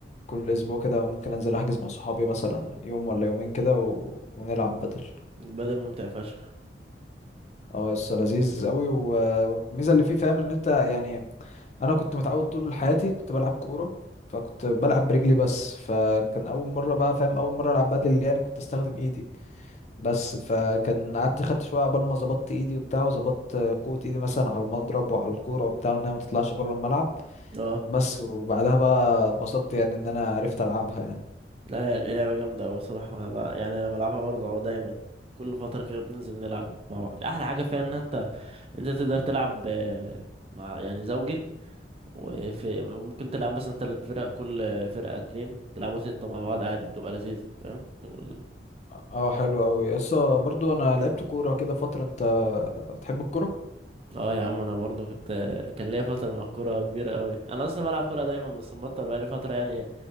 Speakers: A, on the left; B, on the right.
A: كل أسبوع كده ممكن أنزل أحجز مع صحابي مثلا يوم ولا يومين كده و... ونلعب بادل
B: البادل ممتع فشخ
A: اه يس لذيذ قوي و- والميزه اللي فيه فاهم ان انت يعني انا كنت متعود طول حياتي كنت بلعب كوره فكنت بلعب برجلي بس فكان اول مره بقى فاهم اول مره العب بدل يعني كنت استخدم ايدي بس فكان قعدت خدت شويه عقبال ما ظبطت ايدي وبتاع وظبطت قوه ايدي مثلا على المضرب وعلى الكوره وبتاع انها ما تطلعش بره الملعب
B: اه
A: بس وبعدها بقى اتبسطت يعني ان انا عرفت العبها يعني
B: لا هي اللعبة جامدة أوي صراحة أنا بع- يعني أنا بلعبها برضه أهو دايما كل فترة كده بننزل نلعب مع بعض أحلى حاجة فيها إن أنت أنت تقدر تلعب آه، مع يعني زوجي وفي ممكن تلعب مثلا تلات فرق كل فرقة اتنين تلعبوا ستة مع بعض عادي بتبقى لذيذة فاهم وال-
A: اه حلو قوي يس برضو انا لعبت كوره كده فتره انت بتحب الكوره
B: اه يا عم انا برضه كنت <laughs> كان ليا فترة مع الكورة كبيرة قوي انا اصلا بلعب كورة دايما بس مبطل بقالي فترة يعني ايه